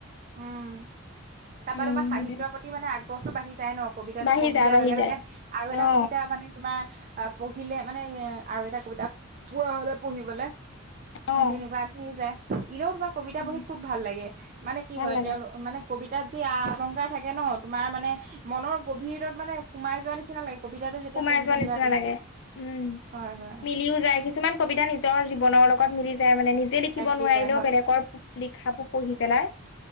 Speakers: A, on the right (about 40°); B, on the left (about 55°).
A: উম, তাৰপা
B: উম
A: তোমাৰ সাহিত্যৰ
B: সেইটোৱে
A: প্ৰতি মানে আগ্ৰহটো বাঢ়ি যায় ন'। কবিতাটো
B: বাঢ়ি
A: পঢ়ি
B: যায়
A: দিয়াৰ
B: বাঢ়ি
A: লগে লগে
B: যায়
A: আৰু এটা
B: অ
A: কবিতা মানে তোমাৰ আ, পঢ়িলে মানে এ, আৰু এটা কবিতা পোৱা হ'লে পঢ়িবলে
B: অ
A: তেনেকুৱা আৰু আহি যায়, এনেও তুমাৰ কবিতা
B: উম
A: পঢ়ি খুব ভাল লাগে, মানে কি
B: ভাল
A: হয়
B: লাগে
A: তেওঁলোক মানে কবিতাত যি আ-অলংকাৰ থাকে নহ, তোমাৰ মানে মনৰ গভীৰত মানে সোমাই যোৱা নিচিনা লাগে। কবিতাটো যেতিয়া
B: সোমাই
A: পঢ়ি
B: যোৱা
A: থাকিবা
B: নিচিনা
A: তুমি
B: লাগে, উম
A: হয় হয়
B: মিলিও যায়। কিছুমান কবিতা নিচনা নিজৰ জীৱনৰ লগত মিলি যায়, মানে নিজ লিখিব
A: মিলি
B: নোৱাৰিলেও,
A: যায় হয়
B: বেলেগৰ লিখাবোৰ পঢ়ি পেলাই